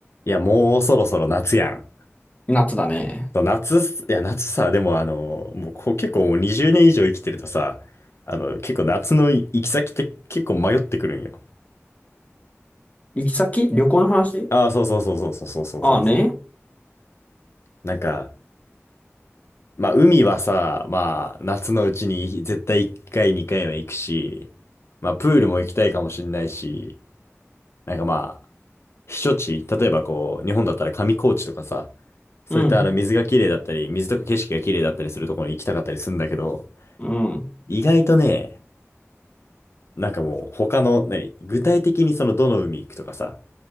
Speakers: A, on the left; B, on the left.
A: いや、もうそろそろ夏やん。
B: 夏だね。
A: そう夏、いや、夏さ、でもあの、もうこう結構もう20年以上生きてるとさ、あの、結構夏の行き先って結構迷ってくるんよ。
B: 行き先旅行の話
A: ああ、そうそうそうそうそうそうそうそうそ
B: ああね。
A: う。なんか、まあ海はさ、まあ夏のうちに絶対1回2回は行くし、まあプールも行きたいかもしんないし、なんかまあ、避暑地、例えばこう、日本だったら上高地とかさ、そういったあの水が綺麗だったり、
B: うん。
A: 水とか景色が綺麗だったりするところに行きたかったりするんだけど、
B: うん。
A: 意外とね、なんかもう他の、何、具体的にそのどの海行くとかさ、